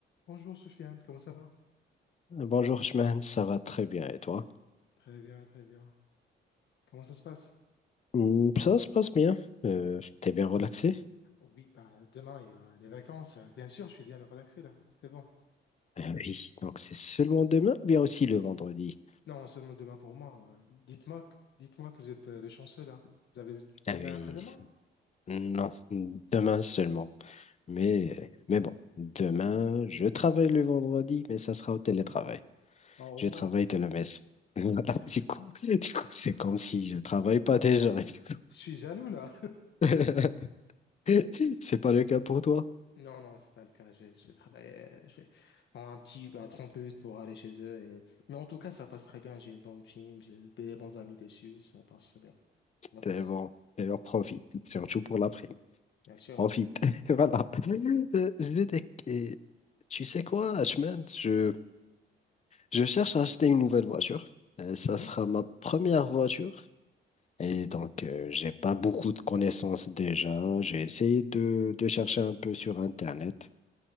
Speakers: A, on the left; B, on the left.
A: Bonjour Soufiane, comment ça va?
B: Bonjour, Chimène, ça va très bien et toi?
A: Très bien, très bien. Comment ça se passe?
B: Hmm, Ça se passe bien. Euh, t'es bien relaxé?
A: Oui, bah demain il y a les vacances. Euh, Bien sûr, je suis bien le relaxer là. C'est bon.
B: Euh, oui, donc c'est seulement demain ou bien aussi le vendredi?
A: Non, seulement demain pour moi. Euh, Dites-moi, que- dites-moi que vous êtes euh, le chanceux là. Vous avez
B: Ah
A: demain
B: oui,
A: après-demain?
B: c'est- non, demain seulement. Mais, mais bon, demain, je travaille le vendredi, mais ça sera au télétravail.
A: Oh,
B: Je
A: au moins,
B: travaille
A: c'est parfait.
B: de la maison. <laughs> Voilà,
A: <laughs>
B: du coup, du coup, c'est comme si je travaille pas déjà. du coup.
A: Je suis jaloux là, <laughs>
B: <laughs>
A: déjà.
B: C'est pas le cas pour toi?
A: Non, non, c'est pas le cas. Je vais, je vais travailler. euh, Je vais prendre un petit bah, 30 minutes pour aller chez eux. et- Mais en tout cas, ça passe très bien. J'ai une bonne film, j'ai des bons amis dessus. Ça passe bien. Ça passe,
B: C'est bon, Alors profite, surtout pour l'après-midi.
A: bien sûr.
B: en vide. <laughs> Voilà. Euh, Je vais dé- et tu sais quoi, Ashman, je, je cherche à acheter une nouvelle voiture. Euh, ça
A: Mhm.
B: sera ma première voiture. Et donc, euh, j'ai pas beaucoup de connaissances déjà. J'ai essayé de, de chercher un peu sur Internet,